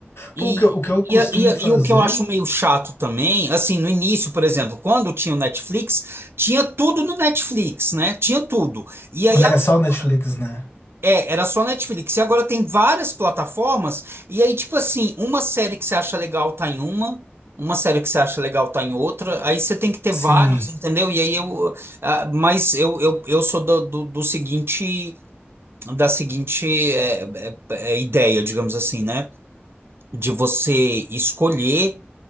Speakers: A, on the right; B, on the left.
A: E,
B: Pô, o que eu, o que eu costumo
A: e, e,
B: fazer
A: e o que eu acho meio chato também, assim, no início, por exemplo, quando tinha o Netflix, tinha tudo no Netflix, né? Tinha tudo. E aí
B: quando
A: agora.
B: era só o Netflix, né?
A: É, era só Netflix. E agora tem várias plataformas. E aí, tipo assim, uma série que você acha legal tá em uma, uma série que você acha legal tá em outra. Aí você tem que ter
B: Sim.
A: vários, entendeu? E aí eu. ah, mas eu, eu, eu sou do, do, do seguinte. Da seguinte é, é, é, ideia, digamos assim, né? De você escolher.